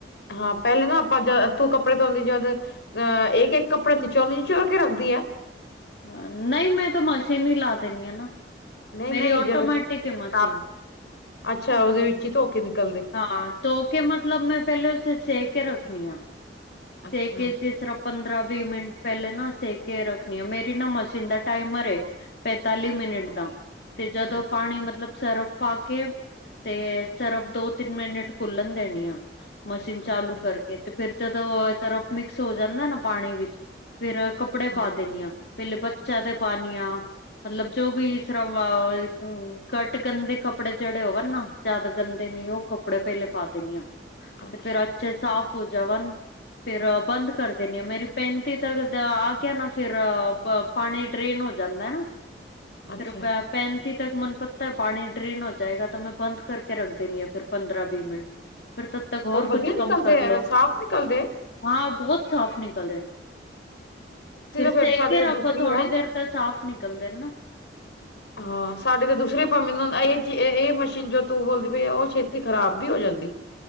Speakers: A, on the left; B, on the left.
A: ਹਾਂ ਪਹਿਲੇ ਨਾ ਆਪਾਂ ਜ ਤੂੰ ਕੱਪੜੇ ਧੋਂਦੀ ਜਦ ਅਹ ਇੱਕ-ਇੱਕ ਕੱਪੜੇ ਨਿਚੋ-ਨਿਚੋ ਕੇ ਰੱਖਦੀ ਐ
B: ਹਾੰ ਨਹੀਂ, ਮੈਂ ਤਾਂ ਮਸ਼ੀਨ ਹੀ ਲਾ ਦੇਨੀ ਆ ਨਾ,
A: ਨਹੀਂ
B: ਮੇਰੀ
A: ਨਹੀਂ
B: ਆਟੋਮੈਟਿਕ
A: ਜਦ
B: ਏ ਮਸ਼ੀਨ।
A: ਆਪ ਅੱਛਾ, ਉਹਦੇ ਵਿੱਚ ਹੀ ਧੋ ਕੇ ਨਿਕਲਦੇ
B: ਹਾਂ, ਤੋ ਕੇ ਮਤਲਬ ਮੈਂ ਪਹਿਲੇ ਉੇ ਸੇ ਕੇ ਰੱਖਣੀ ਆ
A: ਅੱਛਾ
B: ਸੇ ਕੇ ਜਿਸ ਤਰਾ ਪੰਦਰਾਂ ਵੀਹ ਮਿੰਟ ਪਹਿਲੇ ਨਾ ਸੇ ਕੇ ਰੱਖਨੀ ਆ ਮੇਰੀ ਨਾ ਮਸ਼ੀਨ ਦਾ ਟਾਈਮਰ ਏ ਪੈਂਤਾਲੀ ਮਿੰਟ ਦਾ ਤੇ ਜਦੋਂ
A: ਅੱਛਾ
B: ਪਾਨੀ
A: ਅੱਛਾ
B: ਮਤਲਬ ਸਰਫ ਪਾ ਕੇ, ਤੇ ਸਰਫ ਦੋ-ਤਿੰਨ ਮਿੰਟ ਘੁਲਣ ਦੇਨੀ ਆ ਮਸ਼ੀਨ ਚਾਲੂ
A: ਅੱਛਾ
B: ਕਰਕੇ ਤੇ ਫਿਰ ਜਦੋਂ ਸਰਫ ਮਿਕਸ ਹੋ ਜਾੰਦਾ ਨਾ ਪਾਨੀ ਵਿੱਚ ਫੇਰ ਕੱਪੜੇ
A: ਹਾਂ
B: ਪਾ ਦੇਨੀ ਆ ਪਹਿਲੇ ਬੱਚਿਆਂ ਦੇ ਪਾਨੀ ਆ ਮਤਲਬ ਜੋ ਵੀ ਇਸ ਤਰ੍ਹਾਂ, ਘੱਟ ਗਨਦੇ ਕੱਪੜੇ ਜਿਹੜੇ ਹੋਵਨ ਨਾ ਜ਼ਾਆਦਾ ਗੰਦੇ ਨਹੀਂ ਉਹ ਕੱਪੜੇ ਪਹਿਲੇ ਪਾ ਦੇਨੀ ਆ,
A: ਅੱਛਾ
B: ਤੇ ਫੇਰ ਅੱਛੇ ਸਾਫ਼ ਹੋ ਜਾਵਨ ਫੇਰ ਬੰਦ ਕਰ ਦੇਨੀ ਆ, ਮੇਰੀ ਪੈਂਤੀ ਤੱਕ ਦਾ ਆ ਗਿਆ ਨਾ ਫੇਰ ਪਾਨੀ ਡਰੇਨ ਹੋ ਜਾਂਦਾ ਏ ਨਾ,
A: ਅੱਛਾ
B: ਫਿਰ ਓਹ ਪੈਪ ਪੈਂਤੀ ਤੱਕ ਮਨ ਪੱਤਾ ਐ ਪਾਨੀ ਡਰੇਨ ਹੋ ਜਾਏਗਾ ਤਾਂ ਮੈਂ ਬੰਦ ਕਰਕੇ ਰੱਖ ਦੇਨੀ ਆ ਫਿਰ ਪੰਦਰਾਂ ਵੀਹ-ਮਿੰਟ ਫਿਰ ਤਦ ਤੱਕ ਹੋਰ
A: ਉਹ ਵਧੀਆ
B: ਕੁਛ
A: ਨਿਕਲਦੇ
B: ਕੰਮ ਕਰ
A: ਹੈ
B: ਲੋ
A: ਸਾਫ਼ ਨਿਕਲਦੇ
B: ਹਾਂ ਬਹੁਤ ਸਾਫ਼ ਨਿਕਲਦੇ ਨੇ
A: ਅਸੀਂ
B: ਫਿਰ
A: ਤਾਂ
B: ਸੇ
A: ਸਾਡੀ
B: ਕੇ
A: ਤਾਂ
B: ਰੱਖੋ
A: ਦੂਸਰੀ
B: ਥੋੜੀ
A: ਆ
B: ਦੇਰ ਤਾਂ ਸਾਫ਼ ਨਿਕਲਦੇ ਨਾ
A: ਹਾਂ ਸਾਡੇ ਤਾਂ ਦੂਸਰੇ ਪੰਮੀ ਨੂੰ ਹੂਨ ਇਹੀ ਕਿ ਇਹ ਮਸ਼ੀਨ ਜੋ ਤੂੰ ਬੋਲਦੀ ਪਈ ਏ ਉਹ ਛੇਤੀ ਖ਼ਰਾਬ ਵੀ ਹੋ ਜਾਂਦੀ